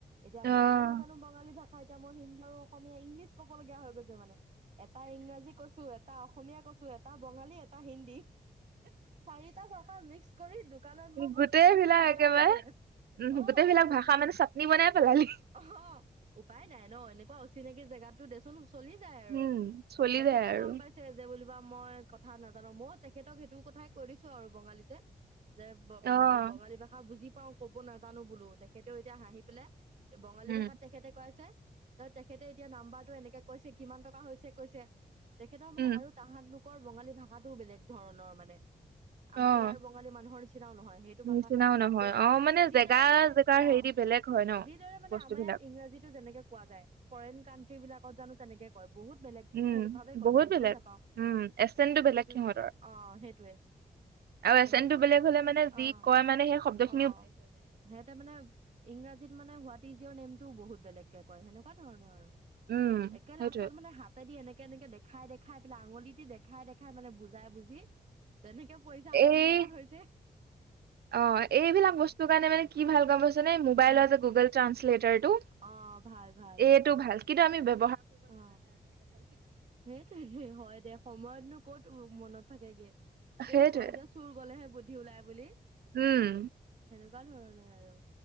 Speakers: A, on the right; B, on the right.
A: এতিয়া
B: অ',
A: মইহে নাজানো বঙালী ভাষা এতিয়া মই হিন্দী আৰু অসমীয়া ইংলিছ ক'ব লগীয়া হৈ গৈছে মানে এটা ইংৰাজী কৈছো এটা এটা অসমীয়া কৈছো এটা বঙালী এটা হিন্দী চাৰিটা ভাষা মিক্স কৰি দুকানত মই
B: গোটেই
A: বস্তু কিনিব
B: বিলাক
A: লগীয়া
B: একেবাৰে
A: হৈছে
B: উম
A: অ',
B: গোটেই বিলাক ভাষা মানে চাটনি বনাই পেলালি
A: অ', উপায় নাই নহ এনেকুৱা অচিনাকি জেগাতো দেচোন চলি যায় আৰু
B: উম, চলি
A: তেখেতেও
B: যায় আৰু
A: গম পাইছে যে বুলিবা মই কথা নাজানো মই তেখেতক সেইটো কথাই কৈ দিছো আৰু বঙালীতে যে
B: অ',
A: মানে বঙালী ভাষা বুজি পাও ক'ব নাজানো বোলো তেখেতেও এতিয়া হাঁহি পেলাই বঙালী
B: উম,
A: ভাষাত তেখেতে কৈ আছে ত তেখেতে এতিয়া নাম্বাৰটো এনেকে কৈছে কিমান টকা হৈছে কৈছে তেখেতৰ মানে
B: উম,
A: আৰু তাহাতলোক লোকৰ বঙালী ভাষাটোও বেলেগ ধৰণৰ মানে
B: অ',
A: আমাৰ ইয়াৰ বঙালী মানুহৰ নিচি- নিচিনাও নহয় সেইটো ভাষা
B: নিচিনাও নহয়
A: যে
B: অ', মানে
A: যিদৰে
B: জেগা
A: মানে
B: জেগাৰ
A: অহ
B: হেৰি দি বেলেগ হয় ন।
A: যিদৰে মানে
B: বস্তুবিলাক
A: আমাৰ ইয়াত ইংৰাজীটো যেনেকে কোৱা যায় ফৰেইন কাণ্ট্ৰি বিলাক কত জানো তেনেকে কয় বহুত বেলেগ
B: উম
A: ভে- ভাৱে কয়
B: বহুত
A: ন বুজিয়ে
B: বেলেগ
A: নাপাওঁ
B: উম এচেনটো বেলেগ
A: সেইটো
B: সিহঁতৰ
A: অ সেইটোৱে
B: আৰু এচনটো
A: সেইটো
B: বেলেগ হ'লে মানে যি
A: অ
B: কয় মানে সেই শব্দখি
A: অ সিহতে মানে ইংৰাজীত মানে হুৱাট ইছ ইওৰ নেম টো বহুত বেলেগ কে কয় সেনেকুৱা ধৰণৰ আৰু।
B: উম,
A: একে
B: সেইটোৱে
A: লাষ্টত মানে হাতেদি এনেকে এনেকে দে দেখাই দেখাই পেলাই আঙুলিট দেখাই দেখাই মানে বুজাই বুজি তেনেকে পইচা
B: এই
A: আদান প্ৰদান হৈছে।
B: অ এইবিলাক বস্তু কাৰণে মানে কি ভাল কোৱা যেনে মোবাইলৰ
A: উম
B: যে গুগল ট্ৰানসলেটৰ টো
A: অ ভাল ভাল
B: এইটো ভাল। কিন্তু আমি বে
A: অ সেইটোৱে হয় দে সময়তনো ক'ত মনত থাকেগে।
B: সেইটোৱে
A: এই কয় যে চুৰ গলেহে বু দি ওলাই বুলি।
B: উম।
A: লগা ধৰণে আৰু।